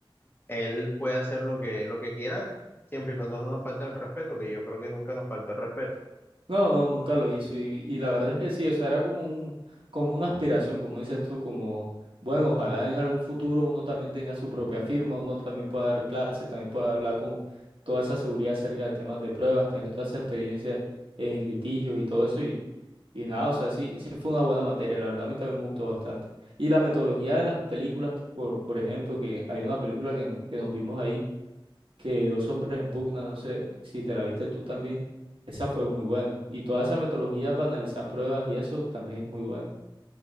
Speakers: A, on the left; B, on the right.
A: él puede hacer lo que, lo que quiera, siempre y cuando no nos falte el respeto, que yo creo que nunca nos faltó el respeto.
B: No, no, nunca lo hizo y, y la verdad es que sí, o sea, era como un, como una aspiración, como dices tú, como, bueno, ojalá en algún futuro uno también tenga su propia firma, uno también pueda dar clases, también pueda hablar con toda esa seguridad acerca de temas de pruebas, tener toda esa experiencia en litigios y todo eso y, y nada, o sea, sí, sí fue una buena materia, la verdad a mí también me gustó bastante. Y la metodología de las películas, por, por ejemplo, que hay una película que, que nos vimos ahí que dos hombres en pugna, no sé si te la viste tú también, esa fue muy buena. Y toda esa metodología para analizar pruebas y eso también es muy buena.